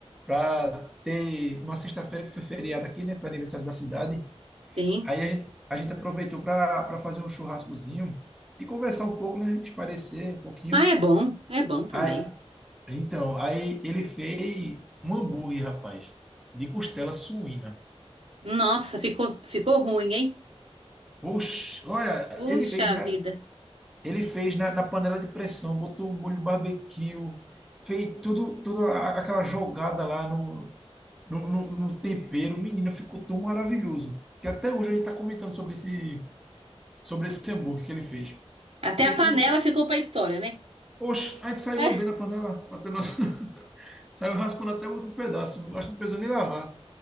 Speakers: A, in the centre; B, on the right (about 70°).
A: para ter uma sexta-feira que foi feriado aqui, né? Foi aniversário da cidade.
B: Sim.
A: Aí a gente, a gente aproveitou para para fazer um churrascozinho e conversar um pouco, né? Esparecer um pouquinho.
B: Ah, é bom, é bom também.
A: Aí, então, aí ele fez um hambúrguer, rapaz, de costela suína.
B: Nossa, ficou, ficou ruim, hein?
A: Oxe, olha,
B: Puxa
A: ele fez, né?
B: vida.
A: Ele fez na, na panela de pressão, botou um molho barbecue, fez tudo, tudo a- aquela jogada lá no, no, no- no tempero. Menino, ficou tão maravilhoso. Que até hoje a gente está comentando sobre esse, sobre esse hambúrguer que ele fez.
B: Até
A: Porque
B: a
A: aqui
B: panela
A: em casa.
B: ficou pra história, né?
A: Oxe, a gente saiu
B: É.
A: lambendo a panela. Até nós... <laughs> saiu raspando até o último pedaço. Acho que não precisou nem lavar.